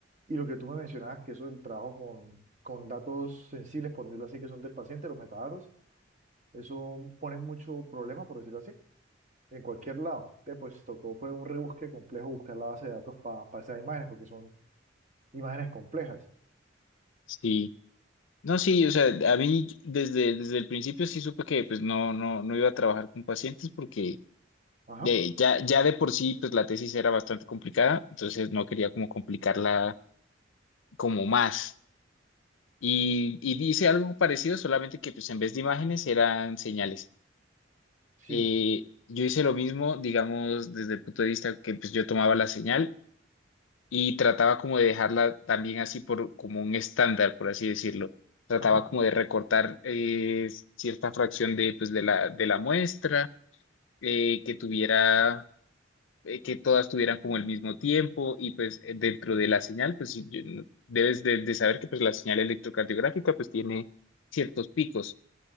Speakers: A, on the right; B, on the left.
A: Y lo que tú me mencionabas, que eso del trabajo con, con datos sensibles, por decirlo así, que son del paciente, los metadatos, eso pone mucho problema, por decirlo así, en cualquier lado. Entonces, pues tocó, fue un rebusque complejo buscar la base de datos para esas imágenes, porque son imágenes complejas.
B: sí. No, sí, o sea, a mí desde, desde el principio sí supe que pues no, no, no iba a trabajar con pacientes porque
A: Ajá,
B: eh, ya, ya de por sí pues la tesis era bastante complicada, entonces no quería como complicarla como más. Y, y dice algo parecido, solamente que pues en vez de imágenes eran señales.
A: sí,
B: Eh, yo hice lo mismo, digamos, desde el punto de vista que pues yo tomaba la señal y trataba como de dejarla también así por como un estándar, por así decirlo. Trataba
A: ajá,
B: como de recortar eh, cierta fracción de pues de la, de la muestra, eh, que tuviera, eh, que todas tuvieran como el mismo tiempo y pues eh, dentro de la señal, pues si yo- debes de, de saber que pues la señal electrocardiográfica pues tiene ciertos picos.